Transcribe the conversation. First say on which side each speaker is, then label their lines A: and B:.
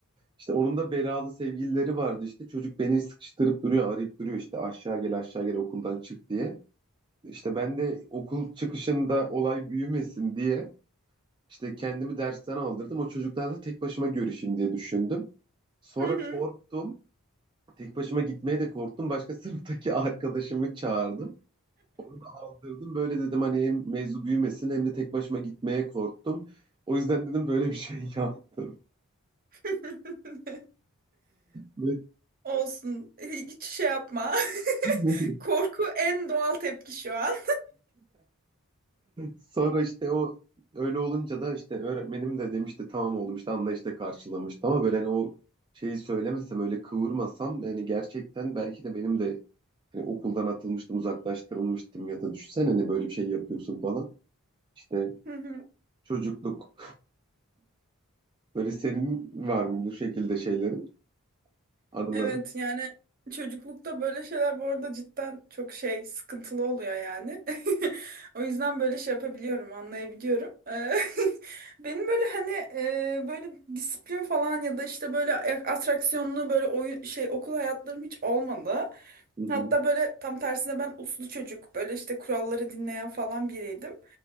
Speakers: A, on the right; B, on the right.
A: İşte onun da belalı sevgilileri vardı işte. Çocuk beni sıkıştırıp duruyor, arayıp duruyor işte aşağı gel aşağı gel okuldan çık diye. İşte ben de okul çıkışında olay büyümesin diye işte kendimi dersten aldırdım. O çocuklarla tek başıma görüşeyim diye düşündüm. Sonra
B: Hı hı.
A: korktum. Tek başıma gitmeye de korktum. Başka <laughs> sınıftaki arkadaşımı çağırdım. Onu da aldırdım. Böyle dedim hani hem mevzu büyümesin hem de tek başıma gitmeye korktum. O yüzden dedim böyle bir şey yaptım.
B: <laughs>
A: Ve
B: Olsun. Hiç şey yapma.
A: <laughs>
B: <laughs> Korku en doğal tepki şu an.
A: Sonra işte o öyle olunca da işte öğretmenim de demişti tamam oğlum işte anlayışla karşılamıştı ama böyle hani o şeyi söylemesem öyle kıvırmasam yani gerçekten belki de benim de hani okuldan atılmıştım uzaklaştırılmıştım ya da düşünsene hani böyle bir şey yapıyorsun falan. İşte
B: <laughs> Hı hı.
A: çocukluk Böyle senin var mı bu şekilde şeylerin, anıların?
B: Evet yani çocuklukta böyle şeyler bu arada cidden çok şey sıkıntılı oluyor yani. <laughs> O yüzden böyle şey yapabiliyorum, anlayabiliyorum. Eee, <laughs> Benim böyle hani eee, böyle disiplin falan ya da işte böyle atraksiyonlu böyle oyun şey okul hayatlarım hiç olmadı.
A: Hı hı,
B: Hatta böyle tam tersine ben uslu çocuk böyle işte kuralları dinleyen falan biriydim.